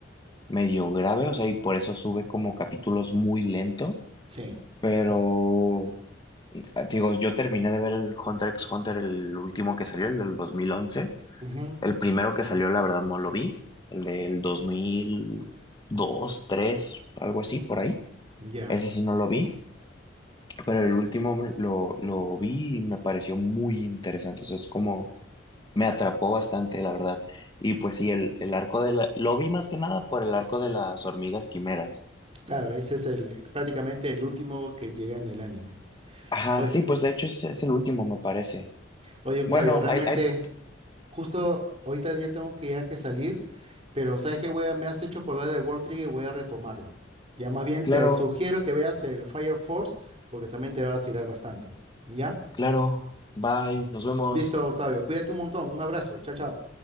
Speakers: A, on the left; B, on the right.
A: medio grave, o sea, y por eso sube como capítulos muy lento.
B: Sí.
A: Pero,
B: Es-
A: eh, digo, yo terminé de ver el Hunter x Hunter, el último que salió, el del dos mil once
B: ujú,
A: El primero que salió, la verdad, no lo vi. El del dos mil dos, tres algo así, por ahí.
B: ya.
A: Ese sí no lo vi, pero el último lo, lo vi y me pareció muy interesante. O sea, es como me atrapó bastante, la verdad. Y pues sí, el, el arco de la... Lo vi más que nada por el arco de las hormigas quimeras.
B: Claro, ese es el prácticamente el último que llega en el anime.
A: Ajá,
B: Oye,
A: sí, pues de hecho es, es el último, me parece.
B: oye, Octavio,
A: Bueno,
B: realmente,
A: hay, hay...
B: justo ahorita ya tengo que ya que salir, pero sabes que me has hecho acordar de World Trigger y voy a retomarlo. Ya más bien
A: Claro,
B: te sugiero que veas el Fire Force porque también te va a vacilar bastante. ¿Ya?
A: claro. Bye, nos vemos.
B: Listo, Octavio. Cuídate un montón. Un abrazo. Chao, chao.